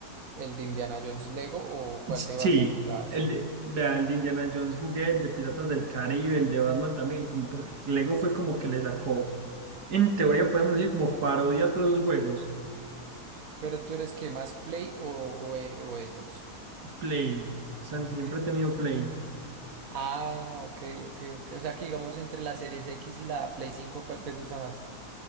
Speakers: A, on the right; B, on the right.
A: ¿El de Indiana Jones Lego o cuál
B: Sí,
A: de Batman jugabas?
B: el de, vea, el de Indiana Jones jugué, el de Piratas del Caribe, el de Batman también, como porque Lego fue como que le sacó, en teoría podemos decir, como parodia a todos los juegos.
A: Pero tú eres que más Play o, o, eh, o Xbox.
B: Play, Santi, siempre
A: Sí.
B: he tenido Play.
A: Ah, ok, ok, ok. O sea que digamos entre la Series X y la Play cinco ¿cuál te gusta más?